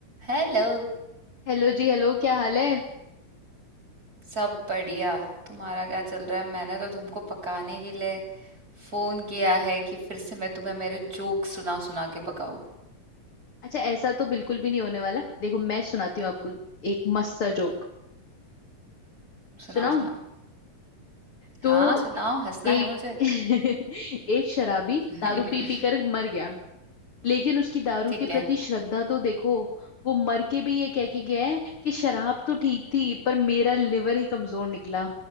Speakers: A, on the right (about 25°); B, on the left (about 40°).
A: Hello
B: हेलो जी हेलो क्या हाल है
A: सब बढ़िया तुम्हारा क्या चल रहा है मैंने तो तुमको पकाने के लिए फोन किया है कि फिर से मैं तुम्हें मेरे जोक सुना सुना के पकाऊं
B: अच्छा ऐसा तो बिल्कुल भी नहीं होने वाला देखो मैं सुनाती हूँ आपको एक मस्त सा जोक
A: सुनाओ
B: सुनाऊं
A: सुनाओ
B: तो
A: हाँ सुनाओ हंसना
B: एक
A: है मुझे
B: <laughs> एक शराबी
A: <laughs>
B: दारू पी पी कर मर गया लेकिन उसकी दारू
A: ठीक
B: के
A: है
B: प्रति श्रद्धा तो देखो वो मर के भी ये कह के गया है कि शराब तो ठीक थी पर मेरा लिवर ही कमजोर निकला